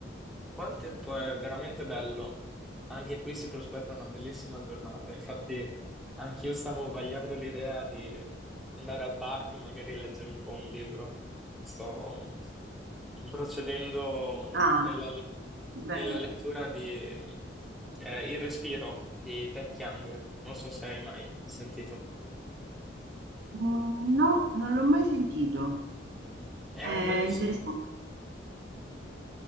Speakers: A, in the centre; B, on the right (about 60°).
A: Qua il tempo è veramente bello, anche qui si prospetta una bellissima giornata, infatti anch'io stavo vagliando l'idea di andare al parco e magari leggere un po' un libro. Sto procedendo nella,
B: Ah,
A: le-
B: bene.
A: nella lettura di eh, Il respiro di Ted Chiang, non so se hai mai sentito.
B: Mhmm, no, non l'ho mai sentito.
A: È
B: È
A: un belliss-
B: interessan